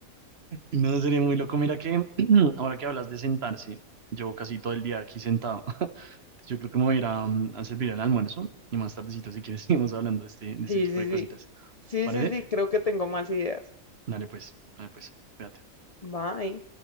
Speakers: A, on the right; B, on the left.
A: No sería muy loco. Mira que <clears throat> ahora que hablas de sentarse, llevo casi todo el día aquí sentado. <laughs> Yo creo que me voy a ir a, mm, a servir el almuerzo y más tardecito, si quieres, <laughs> seguimos hablando de este, de este
B: Sí,
A: tipo
B: sí,
A: de cositas.
B: sí. Sí,
A: ¿Parece?
B: sí, sí, creo que tengo más ideas.
A: Dale pues, dale pues, cuídate.
B: Bye.